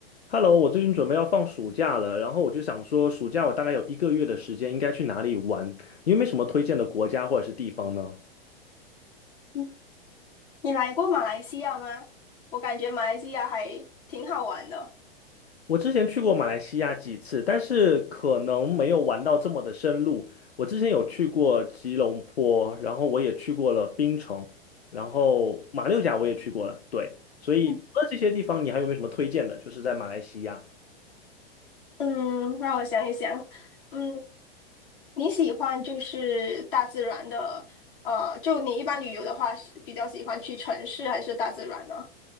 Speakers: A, on the left; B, on the left.
A: Hello，我最近准备要放暑假了，然后我就想说，暑假我大概有一个月的时间，应该去哪里玩？你有没有什么推荐的国家或者是地方呢？
B: 嗯你来过马来西亚吗？我感觉马来西亚还挺好玩的。
A: 我之前去过马来西亚几次，但是可能没有玩到这么的深入。我之前有去过吉隆坡，然后我也去过了槟城，然后马六甲我也去过了，对。所以除了这些地方，
B: 嗯，
A: 你还有没有什么推荐的？就是在马来西亚。
B: 嗯让我想一想。嗯，你喜欢就是大自然的，呃，就你一般旅游的话，是比较喜欢去城市还是大自然呢？